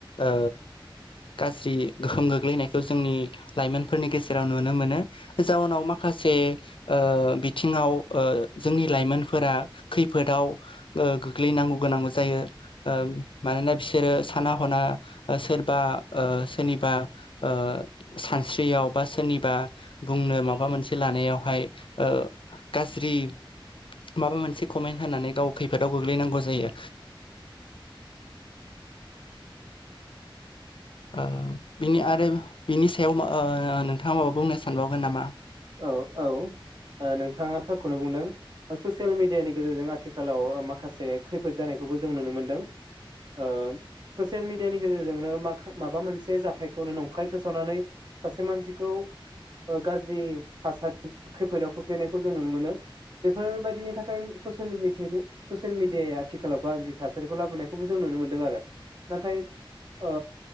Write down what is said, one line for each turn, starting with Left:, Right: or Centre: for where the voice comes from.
Left: ओ गाज्रि गोहोम गोग्लैनायखौ जोंनि लाइमोनफोरनि गेजेराव नु नो मोनो। जाउनाव माखासे ओ बिथिङाव ओ जोंनि लाइमोनफोरा खैफोदाव ओ गोग्लैनांगौ गोनांबो जायो। ओ मानोना बिसोरो साना हना सोरबा ओ सोरनिबा ओ सानस्रियाव बा सोरनि बुंनो माबा मोनसे लानायावहाय ओ गाज्रि माबा मोनसे कमेन्ट होनानै गाव खैफोदाव गोग्लैनांगौ जायो। ओ बिनि आरो बिनि सायाव ओ नोंथाङा माबा बुंनो सानबावगोन नामा?
Right: औ औ नोंथाङा थारखौनो बुंदों। ससियेल मेडियानि गेजेरजों आथिखालाव माखासे खैफोद जानायखौबो जों नुनो मोनदों। ओ ससियेल मेडियानि गेजेरजोंनो माखा माबा मोनसे जाथायखौनो नंखाय फोसावनानै सासे मानसिखौ गाज्रि थासारि खैफोदाव खोख्लैनायखौ जों नुनो मोनो। बेफोरबायदिनि थाखाय ससियेल मिथियाखो ससियेल मिडियाया आथिखालाव गाज्रि थासारिखौ लाबोनायखौबो जों नुनो मोनदों आरो। नाथाय ओ